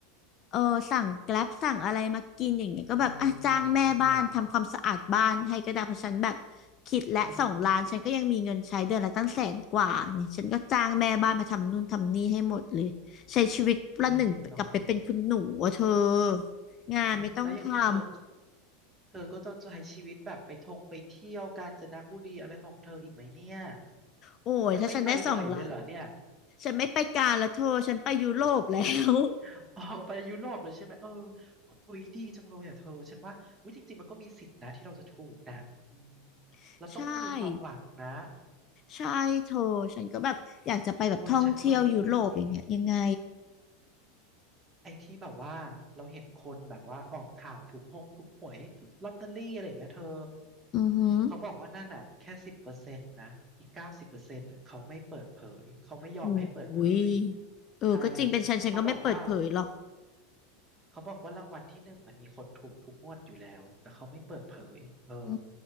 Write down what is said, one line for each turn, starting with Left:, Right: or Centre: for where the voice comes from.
Left: เออสั่งแกร็บสั่งอะไรมากินอย่างเงี้ยก็แบบอ่ะจ้างแม่บ้านทำความสะอาดบ้านให้ก็ได้เพราะฉันแบบ
Right: เออดีอ่ะ
Left: คิดและสองล้านฉันก็ยังมีเงินใช้เดือนละตั้งแสนกว่าไงฉันก็จ้างแม่บ้านมาทำนู่นทำนี่ให้หมดเลย
Right: เออ
Left: ใช้ชีวิตประหนึ่งกลับไปเป็นคุณหนูอะเธอ
Right: เออเนาะ
Left: งานไม่ต้องทำ
Right: โอ้ยแล้วอย่างนี้เธอ เธอก็จะใช้ชีวิตแบบไปทงไปเที่ยวกาญจนบุรีอะไรของเธออีกไหมเนี่ย
Left: โอ้ยถ้าฉันได้สองล้าน
Right: ไปไม่ไปบ่อยเลยเหรอเนี่ย
Left: ฉันไม่ไปกาลแล้วเธอฉันไปยุโรปแล้ว
Right: <laughs> อ๋อไปยุโรปเลยใช่ไหมเออคุยดีจังเลยอ่ะเธอฉันว่าวิจริงๆมันก็มีสิทธินะที่เราจะถูกนะอืม
Left: <laughs>
Right: เราต้องมีความหวังนะ
Left: ใช่ใช่เธอฉันก็แบบอยากจะไปแบบท่องเที่ยวยุโรปอย่างเงี้ยยังไง
Right: โอ้ยฉันเคยได้ยินนี่ไอ้ที่แบบว่าเราเห็นคนแบบว่าออกข่าวถูกห้องถูกหวยลอตเตอรี่อะไรอย่างเงี้ยเธอ
Left: อือหือ
Right: เขาบอกว่านั่นอ่ะแค่สิบเปอร์เซ็นต์นะอีกเก้าสิบเปอร์เซ็นต์เขาไม่เปิดเผยเขาไม่ยอมให้เปิดเผย
Left: โอ้ยเออก็จริงเป็นฉันฉันก็ไม่เปิดเผยหรอก
Right: ใช่เขาบอกว่าเขาบอกว่ารางวัลที่หนึ่งมันมีคนถูกทุกงวดอยู่แล้วแต่เขาไม่เปิดเผยเออ
Left: อื